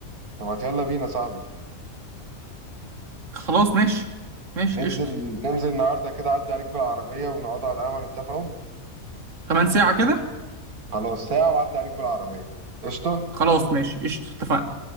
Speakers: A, on the right; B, on the right.
A: طب ما يلا بينا يا صاحبي
B: خلاص ماشي ماشي
A: ننزل
B: قشطه
A: ننزل النهاردة كده أعدي عليك بالعربية ونقعدوا على القهوة نتفقوا
B: كمان ساعه كده
A: خلاص ساعة وأعدي عليك بالعربية قشطة
B: خلاص ماشي قشطه اتفقنا